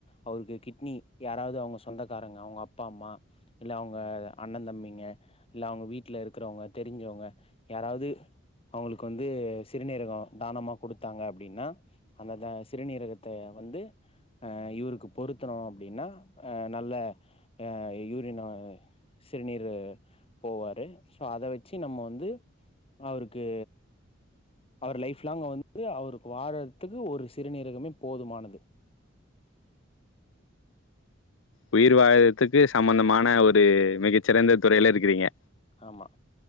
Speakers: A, on the left; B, on the left.
A: அவருக்கு கிட்னி யாராவது சொந்தக்காரங்க அவங்க அப்பா அம்மா இல்ல அவங்க அண்ணன் தம்பிங்க இல்ல அவங்க வீட்ல இருக்றவங்க தெரிஞ்சவங்க யாராவுது அவங்களுக்கு வந்து சிறுநீரகம் தானமா குடுத்தாங்க அப்டின்னா அந்தந்த சிறுநீரகத்த வந்து அ இவருக்கு பொருத்தணு அப்டினா அ நல்ல அ யூரி நோய் சிறுநீரு போவாரு சோ அத வச்சி நம்ம வந்து அவருக்கு அவர் லைஃப் லாங் வந்து அவருக்கு வாழ்றதுக்கு ஒரு சிறுநீரகமே போதுமானது
B: உயிர் வாழ்றத்துக்கு சம்பந்தமான ஒரு மிகச்சிறந்த துறையில இருக்கிறீங்க
A: ஆமா